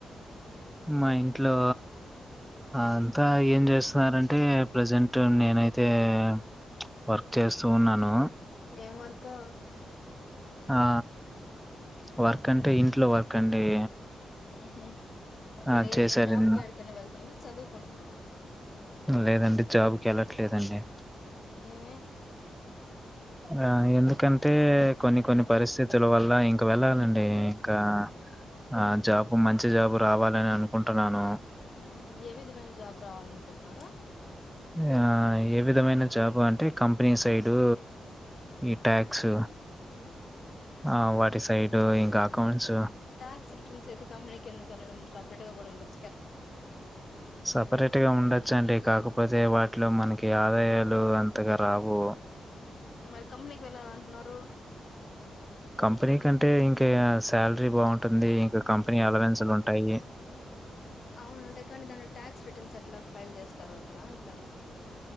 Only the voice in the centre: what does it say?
మా ఇంట్లో అంతా ఏం చేస్తున్నారంటే ప్రజెంట్ నేనైతే చ్ వర్క్ చేస్తూ ఉన్నాను.
ఆ వర్క్ చ్ అంటే ఇంట్లో వర్క్ అండి.
ఆ! చేశారన్
లేదండి జాబుకి వెళ్లట్లేదండి
ఆ ఎందు ఎందుకంటే కొన్ని కొన్ని పరిస్థితుల వల్ల ఇంక వెళ్ళాలండి ఇంకా ఆ జాబు మంచి జాబు రావాలని అనుకుంటున్నాను
ఆ ఏ విధమైన జాబు అంటే కంపెనీ సైడు ఈ ట్యాక్స్ ఆ వాటి సైడ్ ఇంక అకౌంట్స్
సపరేట్గ ఉండొచ్చండి కా కపోతే వాటిలో మనకి ఆదాయాలు అంతగ రావు
కంపెనీ కంటే ఇంకా శాలరీ బాగుంటుంది ఇంకా కంపెనీ అలవెన్స్లు ఉంటాయి